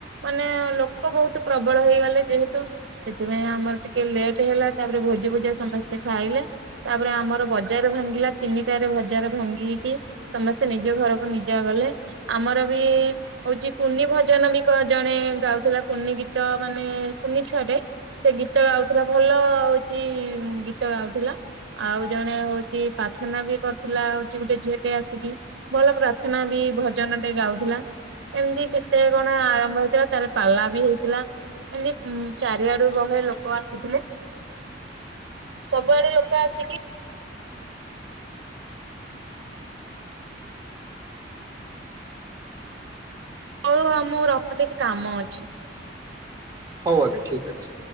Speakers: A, on the right; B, on the right.
A: ମାନେ ଲୋକ ବହୁତ ପ୍ରବଳ ହେଇଗଲେ ଯେହେତୁ ସେଥିପାଇଁ ଆମର ଟିକେ ଲେଟ୍ ହେଲା ତାପରେ ଭୋଜି ଫୋଜି ଆ ସମସ୍ତେ ଖାଇଲେ ତାପରେ ଆମର ବଜାର ଭାଙ୍ଗିଲା ତିନିଟାରେ ବଜାର ଭାଙ୍ଗିକି ସମସ୍ତେ ନିଜ ଘରକୁ ନିଜେ ଗଲେ। ଆମର ବି ହଉଛି କୁନି ଭଜନ ବି କରି ଜଣେ ଗାଉଥିଲା କୁନି ଗୀତ ମାନେ କୁନି ଛୁଆଟେ ସେ ଗୀତ ଗାଉଥିଲା ଭଲ ହଉଛି ଗୀତ ଗାଉଥିଲା। ଆଉ ଜଣେ ହଉଛି ପ୍ରାର୍ଥନା ବି କରୁଥିଲା ହଉଛି ଗୋଟେ ଝିଅ ଟେ ଆସିକି। ଭଲ ପ୍ରାର୍ଥନା ବି ଭଜନ ଟେ ଗାଉଥିଲା। ଏମିତି କେତେ କଣ ଆର ଆରମ୍ଭ ହେଇଥିଲା ତାପରେ ପାଲା ବି ହେଇଥିଲା। ଏମିତି ଚାରିଆଡୁ ବହେ ଲୋକ ଆସିଥିଲେ। ସବୁଆଡୁ ଲୋକ ଆସିକି ହଉ ଆ ମୁଁ ରଖୁଛି ଟିକେ କାମ ଅଛି।
B: ହଉ ଆଜ୍ଞା ଠିକ୍ ଅଛି।